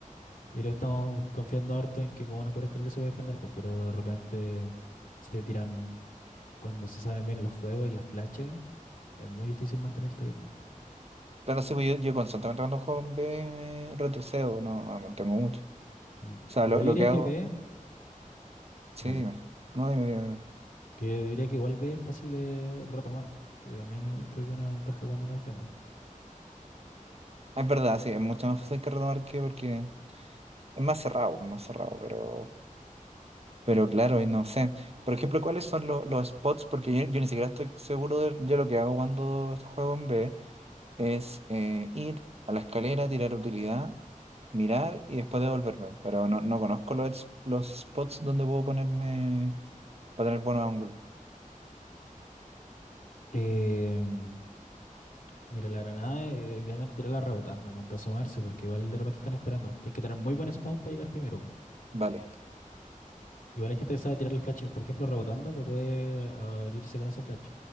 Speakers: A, on the left; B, on the right.
A: Y lo estamos confiando harto en que con una pura escalera se puede defender, pues, pero de repente, si te tiran cuando se saben bien los fuegos y las flashes, es muy difícil mantenerte ahí, pues.
B: Claro, sí, pues yo, yo constantemente cuando juego en B eh, retrocedo, no, no me mantengo mucho.
A: Mm.
B: O sea, lo,
A: Igual
B: lo
A: yo diría
B: que
A: que
B: hago,
A: B,
B: sí,
A: vale.
B: dime. No, dime, dime, dime.
A: Que yo diría que igual B es fácil de retomar, que también eh, creo que es una ventaja cuando uno defiende.
B: Es verdad, sí, es mucho más fácil que retomar que porque es más cerrado, más cerrado, pero Pero claro, y no sé. Por ejemplo, ¿cuáles son lo- los spots? Porque yo, yo ni siquiera estoy seguro de, yo lo que hago cuando juego en B es eh, ir a la escalera, tirar utilidad, mirar y después devolverme. Pero no, no conozco los, es- los spots donde puedo ponerme para tener buenos ángulos.
A: Em, mira, la granada, eh, idealmente tirarla rebotando, nunca asomarse, porque igual de repente están esperando. Tienes que tener muy buen spawn para llegar primero, pues.
B: Vale,
A: Igual hay gente que sabe tirar las flashes, por ejemplo, rebotando para poder abrirse con esa flash.